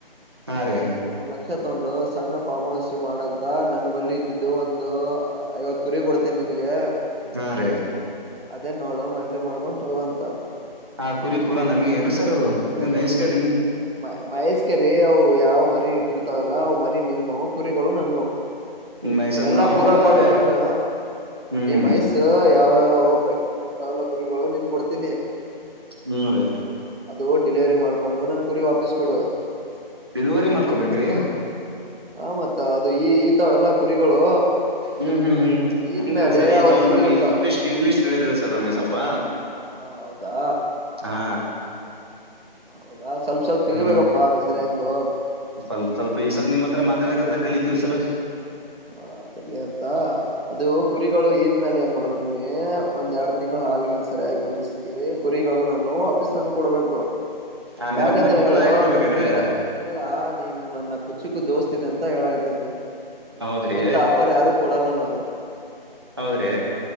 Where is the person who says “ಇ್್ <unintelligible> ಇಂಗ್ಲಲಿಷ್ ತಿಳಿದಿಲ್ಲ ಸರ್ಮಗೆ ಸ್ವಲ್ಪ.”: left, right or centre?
Right